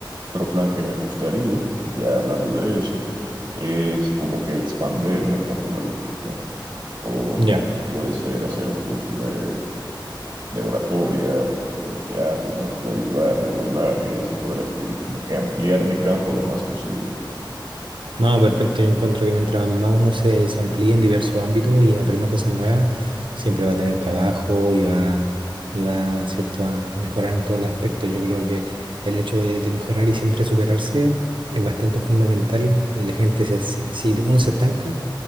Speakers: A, on the right; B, on the right.
A: otro plan que me gustaría, ya hablando de eso, es como que expanderme en cuanto a la locución, o
B: ya
A: como puede ser hacer un curso de, de oratoria, de teatro que me pueda ayudar, de doblaje y así por el estilo, como que ampliar mi campo lo más posible.
B: No, perfecto. Yo encuentro que mientras más uno se, se amplíe en diversos ámbitos y aprenda cosas nuevas, siempre va a tener trabajo y va, y va, ¿cierto?, a, a mejorar en todos los aspectos. Yo creo que el hecho de, de mejorar y siempre superarse es bastante fundamental y la gente, se, si, si uno se estanca,